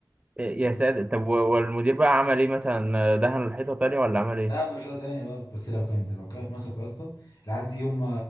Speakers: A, on the right (about 20°); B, on the left (about 65°).
A: <laughs> يا ساتر طب و- والمدير بقى عمل ايه مثلا دهن الحيطه تاني ولا عمل ايه
B: لا انا الحته تاني اه بس لو كانت لو كانت مسكوا يا اسطى العيال دي هم